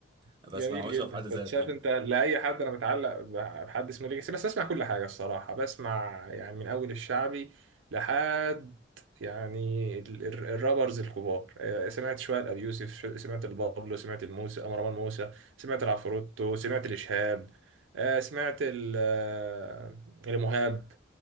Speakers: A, on the right; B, on the right.
A: ما
B: جميل
A: بسمعوش
B: جدا
A: في حد ذاته
B: كنت شايف
A: يعني
B: انت لاي حد انا متعلق ب- بحد اسمه ليجاسي بس اسمع كل حاجه الصراحه بسمع يعني من اول الشعبي لحد يعني ال- ال- الرابرز الكبار آه، سمعت شويه لابي يوسف ش- سمعت البابلو سمعت الموسى مروان موسى سمعت العفروتو سمعت الاشهاب آه، سمعت ال- آه، المهاب